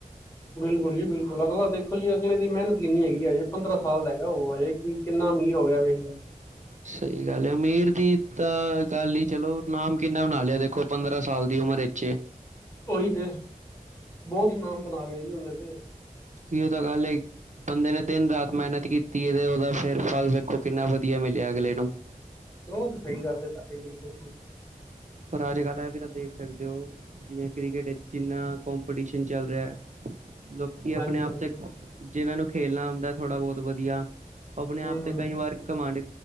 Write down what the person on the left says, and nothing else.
ਬਿਲਕੁੱਲ ਜੀ ਬਿਲਕੁੱਲ। ਅਗਲਾ ਦੇਖੋ ਜੀ, ਅਗਲੇ ਦੀ ਮਿਹਨਤ ਕਿੰਨੀ ਹੈਗੀ ਆ। ਪੰਦਰਾਂ ਸਾਲ ਦਾ ਹੈਗਾ। ਓ ਹਜੇ ਕੋਈ ਕਿੰਨਾ, ਅਮੀਰ ਹੋ ਗਿਆ ਵੇ।
ਓ ਈ ਤੇ, ਬੋਤ ਨਮ ਬਣਾ, ਲਿਆ ਜੀ। ਓਨੇ ਤੇ।
ਬਹੁਤ ਸਈ ਗੱਲ ਐ। ਤੁਹਾਡੀ, ਬਿਲਕੁਲ ਜੀ।
ਹਾਂਜੀ
ਹਾਂਜੀ
ਹੂੰ